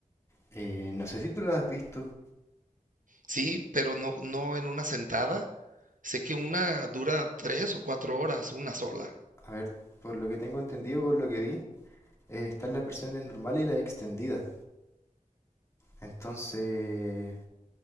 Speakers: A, on the left; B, on the right.
A: Eh, no sé si tú lo has visto.
B: Sí, pero no, no en una sentada, Sé que una dura 3 o 4 horas, una sola.
A: A ver, por lo que tengo entendido, por lo que vi, eh, están las versiones normales y las extendidas. Entonces,